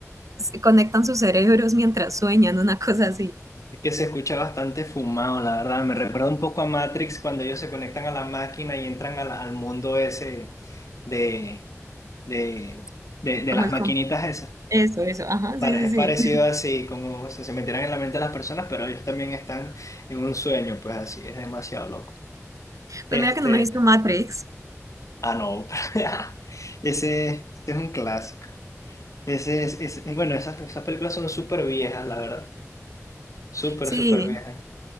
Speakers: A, on the right (about 85°); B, on the left (about 75°).
A: se conectan sus cerebros mientras sueñan, una cosa así,
B: Es que se escucha bastante fumado, la verdad. Me recuerda un poco a Matrix cuando ellos se conectan a la máquina y entran al, al mundo ese de, de, de, de
A: como
B: las
A: el...
B: maquinitas
A: com-
B: esas.
A: Eso, eso, ajá,
B: Pare-
A: sí,
B: Es
A: sí,
B: parecido
A: sí.
B: así, como se, se metieran en la mente de las personas, pero ellos también están en un sueño, pues así, es demasiado loco. Este,
A: Pues mira que no me he visto Matrix.
B: ah, no, <laughs> ese, ese es un clásico. Ese, es, es- bueno, esas, esas películas son súper viejas, la verdad. Súper,
A: Sí,
B: súper viejas.